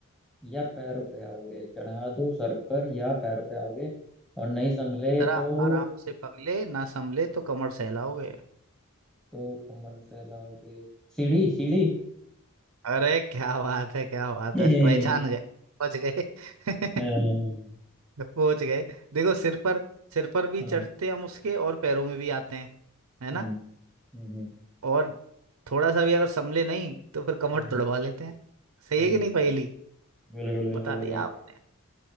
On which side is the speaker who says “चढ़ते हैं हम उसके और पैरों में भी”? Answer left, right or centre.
Right